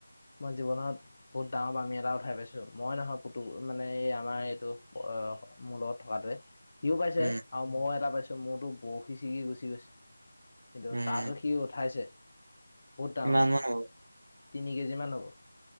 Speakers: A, on the left; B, on the right.
A: মই জীৱনত বহুত ডাঙৰ বামী এটা খাই পাইছো মই নহয় পুতু মানে এই আমাৰ এইটো মোৰ লগত থকাটোৱে সিও পাইছে
B: উম
A: আৰু মইো এটা পাইছো মোৰতো বৰশি ছিগি গুচি গৈছে কিন্তু
B: উম
A: তাতো সি উঠাইছে বহুত ডাঙৰ
B: কিমান মান হ'ব
A: তিনি কেজি মান হ'ব